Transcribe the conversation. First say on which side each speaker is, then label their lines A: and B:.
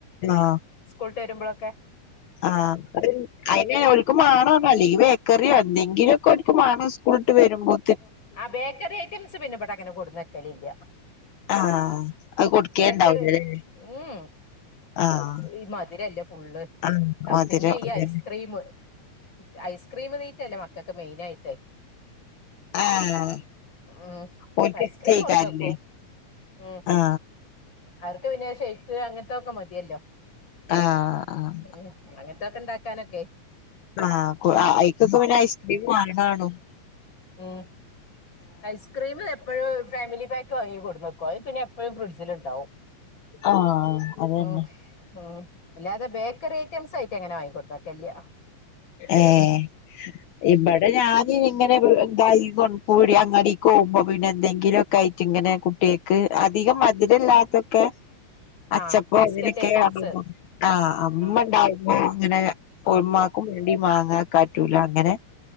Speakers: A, on the left; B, on the left.
A: ആ
B: സ്കൂൾ വിട്ടുവരുമ്പോളൊക്കെ.
A: ആഹ്, അയിന് ഓൽക്ക് മാണ ആ കളി, അല്ലെങ്കിൽ ബേക്കറിയോ എന്തെങ്കിലൊക്കെ <unintelligible> സ്കൂളിട്ട് വരുമ്പോ.
B: ആ ബേക്കറി ഐറ്റംസ് പിന്നെ ഇവടെ അങ്ങനെ കൊടുന്ന് വെക്കലില്ല.
A: ആഹ് അത് കൊടുക്കേണ്ടാവൂലല്ലേ
B: ബേക്കറി ഉം.
A: ആഹ്
B: ഈ മധുരല്ലേ ഫുള്ള്,
A: ആഹ്
B: ആ
A: മധുരം
B: പിന്നെ ഈ
A: അതന്നെ
B: ഐസ്ക്രീമ് ഐസ്ക്രീമ് തീറ്റല്ലേ മക്കൾക്ക് മെയിനായിട്ട്.
A: ആഹ്
B: ഉം
A: ഓൽക്ക്
B: ഐസ്ക്രീം
A: <unintelligible>
B: കൊടുന്നക്കും ഉം
A: ആ
B: അവർക്ക് പിന്നെ ഷെയ്ക്ക് അങ്ങനത്തൊക്കെ മതിയല്ലോ?
A: ആഹ് ആഹ്
B: ഉം, അങ്ങനത്തൊക്കെ ഇണ്ടാക്കാനൊക്കെ
A: ആ ഐകൊക്കെ ഇപ്പ പിന്നെ ഐസ്ക്രീമ് വാങ്ങണാനും.
B: ഉം. ഐസ്ക്രീമ് എപ്പഴും ഫാമിലി പാക്ക് വാങ്ങി കൊടുന്നെക്കും, അത് പിന്നെ എപ്പഴും ഫ്രിഡ്ജില് ഇണ്ടാവും
A: ആഹ് അതന്നെ
B: ഓഹ് ഉം അല്ലാതെ ബേക്കറി ഐറ്റംസ് ആയിട്ടങ്ങനെ വാങ്ങി കൊട്ക്കാൻ നിക്കലില്ല.
A: ഏഹ്? ഇബടെ ഞാന് ഇങ്ങനെ ഇതായി പീട്യ അങ്ങാടിക്ക് പോവുമ്പോ പിന്നെ എന്തെങ്കിലൊക്കെ ആയി ട്ടിങ്ങനെ കുട്ട്യേക്ക് അധികം മധ്രല്ലാത്തൊക്കെ
B: ആ
A: അച്ചപ്പോ
B: ബിസ്ക്കറ്റ്
A: ഇങ്ങനൊക്കെ
B: ഐറ്റംസ്
A: <unintelligible> ആഹ് അമ്മ
B: ആ
A: ഇണ്ടാവുമ്പോ ഇങ്ങനെ <unintelligible>
B: ആ
A: ണ്ടി മാങ്ങ കാറ്റൂല അങ്ങനെ.